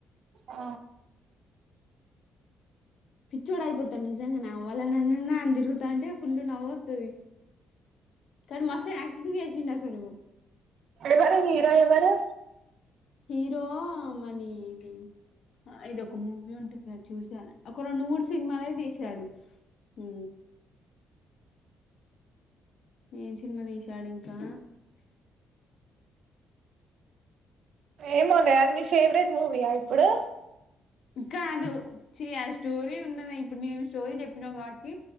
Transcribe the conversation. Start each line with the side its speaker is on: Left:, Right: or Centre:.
Right: ఆ
Left: పిచ్చోడు అయిపోతాను నిజంగా న వాళ నన్నన్నా అని తిరుగుతా అంటే ఫుల్లు నవ్వుతు కని మస్త్ యాక్టింగ్ చేసిండు అసలు
Right: ఎవరు హీరో ఎవరు
Left: హీరో మనీ ఇది ఆ ఇది ఒక మూవీ ఉంటుంది చూసాను ఒక రెండు మూడు సినిమాలే తీసాడు. ఉ ఏం సినిమా తీసాడు ఇంకా
Right: ఏమోలే నీ ఫేవరెట్ మూవీయా ఇప్పుడు
Left: కాదు ఛీ ఆ స్టోరీ ఉన్నది ఇప్పుడు నేను స్టోరీ చెప్పినా కాబట్టి